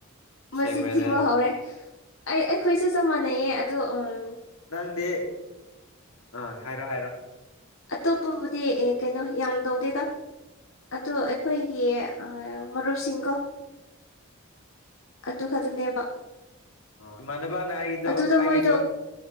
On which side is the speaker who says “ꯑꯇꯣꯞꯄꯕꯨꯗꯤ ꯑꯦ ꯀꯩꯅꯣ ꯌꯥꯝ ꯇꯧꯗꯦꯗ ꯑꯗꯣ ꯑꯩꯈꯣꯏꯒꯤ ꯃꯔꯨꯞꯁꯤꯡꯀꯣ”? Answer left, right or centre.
Left